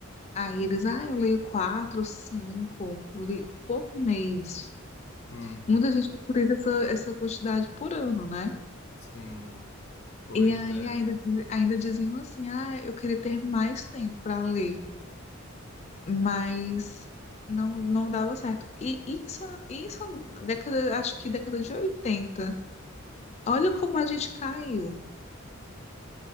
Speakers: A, on the left; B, on the left.
A: Aí eles, ah, eu leio quatro, cinco li por mês.
B: Uhum.
A: Muita gente procura essa, essa quantidade por ano, né?
B: Sim. Pois
A: E aí
B: é.
A: ainda, diz- ainda diziam assim, ah, eu queria ter mais tempo para ler, mas não, não dava certo. E isso, isso década, acho que década de 80. Olha como a gente caiu.